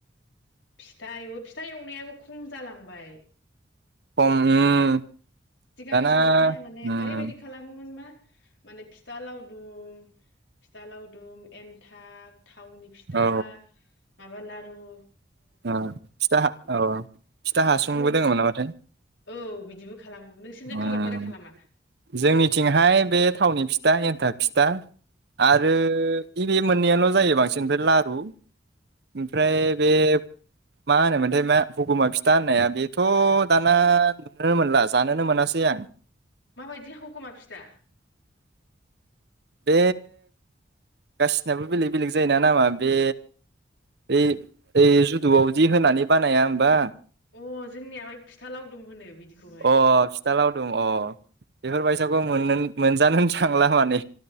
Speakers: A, on the left (about 80°); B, on the right (about 60°).
A: फिथा एवो फिथा एवनायाबो खम जालांबाय
B: अम उम
A: सिगां
B: दाना
A: समावहाय माने
B: उम
A: ओरैबायदि खालामोमोन मा माने फिथा लावदुम फिथा लावदुम एन्थाब थावनि फिथा
B: औ
A: माबा लाद औ
B: ओ फिथा औ फिथा हासुंबो
A: न
B: दोङोमोन नामाथाय
A: औ बिदिबो खालाम नोंसिनिजों
B: उम
A: खालामोना खालामा
B: जोंनिथिंहाय बे थावनि फिथा एन्थाब फिथा आरो बे बे मोननैयाल' जायो बांसिन ओमफ्राय लारु ओमफ्राय बे मा होनोमोनथाय मा हगमा फिथा होननाया बेथ' दाना नुनो मोनला जान नोनो मोनासै आं
A: माबायदि हगमा फिथा
B: बे गासिनाबो बेलेग बेलेग जायोना नामा बे ओइ ओइ जुदुआवदि होनानै बानाया होमबा
A: अ जोंनियावहाय फिथा लावदुम होनो बिदिखौहाय
B: अ फिथा लावदुम अ बेफोरबायसाखौ मोननोनो मोनजानोनो थांला माने